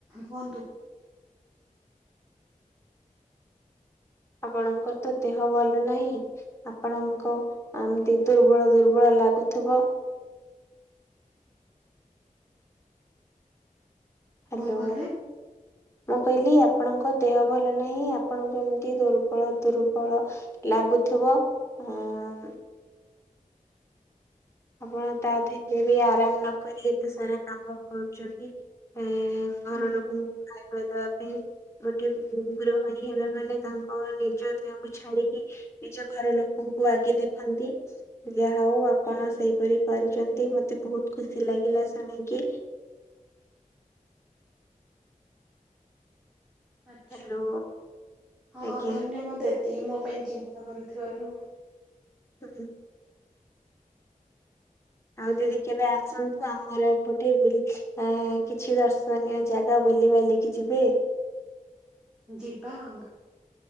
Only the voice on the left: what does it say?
ଆପଣଙ୍କର ତ ଦେହ ଭଲ ନାହିଁ ଆପଣଙ୍କ ଅ ଏମିତି ଦୁର୍ବଳ ଦୁର୍ବଳ ଲାଗୁଥିବ। ହାଲୋ
ମୁଁ କହିଲି ଆ ଆପଣଙ୍କ ଦେହ ଭଲ ନାହିଁ ଆପଣଙ୍କୁ ଏମିତି ଦୁର୍ବଳ ଦୁର୍ବଳ ଲାଗୁଥିବ। ହୁଁ। ଆପଣ ତା ଧେରେ ବି ଆରାମ ନ କରି ଏତେ ସାରା କାମ କରୁଛନ୍ତି ଏ ଏ ଘର
ଲୋକଙ୍କୁ ଖାଇବା ପଇ ଦବା ପାଇଁ। ଗୋଟେ ଉଁ ଗୃହଣୀ ହେଲା ମାନେ ତାଙ୍କ ନିଜ ଦେହକୁ ଛାଡିକି ନିଜ ଘର ଲୋକ ଙ୍କୁ ଆଗେ ଦେଖନ୍ତି ଯାହା ହଉ ଆପଣ ସେହିପରି କରିଛନ୍ତି ମତେ ବହୁତ ଖୁସି ଲାଗିଲା ଶୁଣିକି।
ହ୍ୟାଲୋ
ଆଜ୍ଞା
ହୁଁ। ଆଉ ଦିଦି କେବେ ଆସନ୍ତୁ ଆମର ଏପଟେ ବୁଲି କିଛି ଦର୍ଶନୀୟ ଜାଗା ବୁଲି ବାଲି କିି ଯିବେ।